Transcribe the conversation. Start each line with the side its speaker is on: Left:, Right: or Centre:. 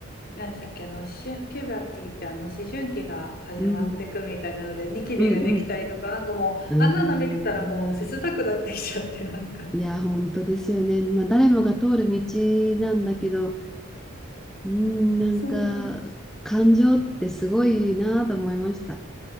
Left: 何でしたっけあの思春ピューバティってあの思春期が始まっていくみたいなのでニキビができたりとかなんかもうあんなの見てたらもう切なくなってきちゃってなんか
Centre: うん、うん、うん。うーん。いや、本当ですよね。まあ、誰もが通る道なんだけど、うん、なんか、
Left: そうなんですね
Centre: 感情ってすごいなと思いました。